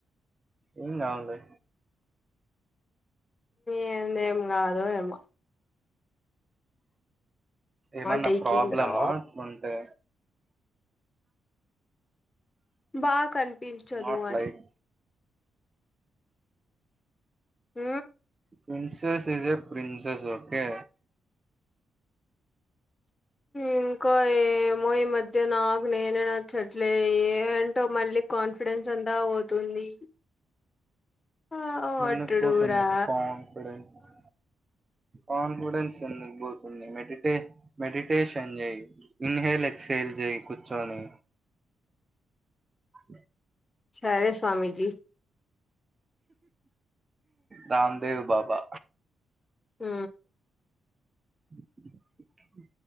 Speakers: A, on the right; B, on the left.
A: ఎం కాదులే
B: ఏందో కాదో ఏమో
A: ఏమన్నా
B: టైకింగ్
A: ప్రాబ్లమ్
B: రా
A: అంటే
B: బా కనిపించదు
A: నాట్
B: అని
A: like
B: uh
A: princess is a princess okay
B: ఇంకా ఏమో ఈ మధ్య నాకు నేనే నచ్చట్లే ఏంటో మళ్లి కాన్ఫిడెన్స్ అంతా పోతుంది ఆ వటుడురా
A: ఎందుకు పోతుంది కాన్ఫిడెన్స్ కాన్ఫిడెన్స్ ఎందుకు పోతుండంది మెడిటే మెడిటేషన్ చేయి ఇన్హేల్ ఎక్హేల్ చే కూర్చోని అ
B: సరే స్వామిజీ
A: రాందేవ్ బాబా
B: ఉ
A: ఉ హు